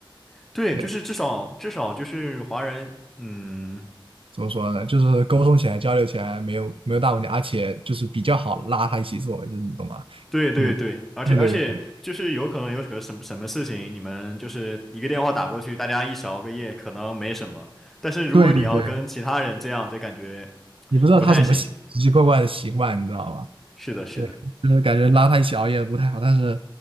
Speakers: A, on the right; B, in the centre.
A: <laughs>
B: 对，
A: 对。
B: 就是至少至少就是华人，嗯。
A: 怎么说呢？就是沟通起来、交流起来没有没有大问题，而且就是比较好拉他一起做，就是你懂吗？
B: 对对对，
A: 嗯，
B: 而且而且就是有可能有什么什么什么事情，
A: 对对对
B: 你们就是一个电话打过去，大家一起熬个夜可能没什么，但是如果你要跟其他人这样，
A: 对对对对，
B: 就感觉
A: 你不知道他什么习奇奇怪怪的习惯，
B: 不太行。
A: 你知道吗？
B: 是的，是的，
A: 对，就是感觉拉他一起熬夜不太好，但是